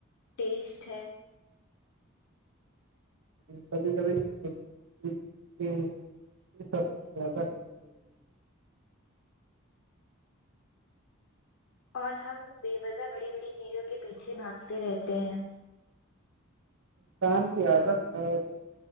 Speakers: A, on the left (about 80°); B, on the right (about 80°).
A: ٹیسٹ ہے
B: کبھی کبھی <unintelligible> یہ سب سے زیادہ خوشی ہے
A: اور ہم بے وجہ بڑی بڑی چیزوں کے پیچھے بھاگتے رہتے ہیں
B: انسان کی عادت ہے